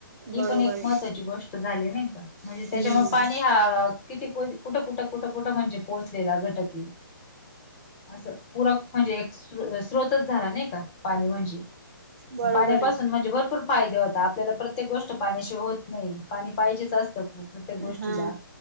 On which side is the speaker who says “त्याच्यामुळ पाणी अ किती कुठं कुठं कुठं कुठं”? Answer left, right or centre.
Left